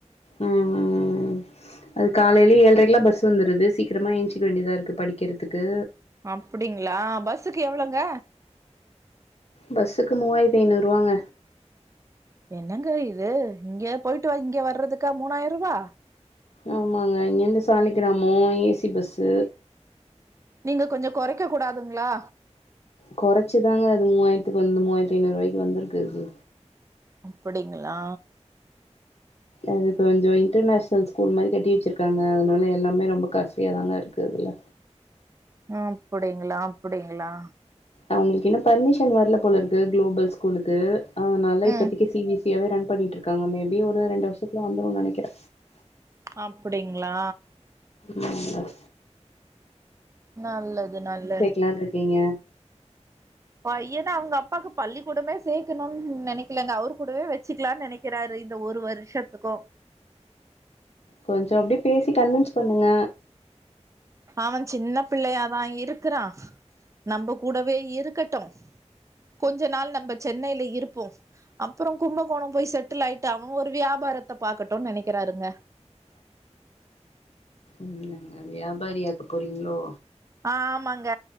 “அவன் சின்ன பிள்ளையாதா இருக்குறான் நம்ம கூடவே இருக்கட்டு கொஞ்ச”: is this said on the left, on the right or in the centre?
Right